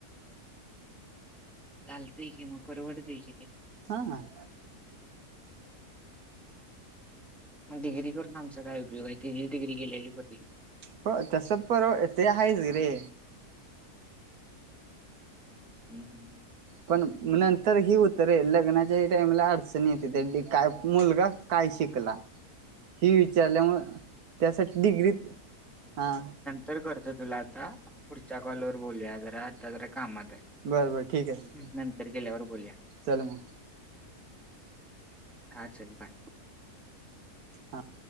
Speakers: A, in the centre; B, on the right.
A: चालतंय कि मग परवडतय कि ते.
B: हा हां.
A: डिग्री करून आमचा काय उपयोग आहे ती बी डिग्री गेलेली पती
B: प तस परव ते आहेच रे,
A: हम हम.
B: पण नंतर हे होतं रे, लग्नाच्या टाइमला अडचणी येते त्या काय मुलगा. काय शिकला, हि विचारल्यामुळे. त्यासाठी डिग्री हा.
A: तर करतंय तुला आता पुढच्या कॉलवर बोलूया जरा आता जरा कामात हाय.
B: बरं बरं ठीक आहे
A: नंतर गेल्यावर बोलूया.
B: चल मग
A: हां चल बाय.
B: हां.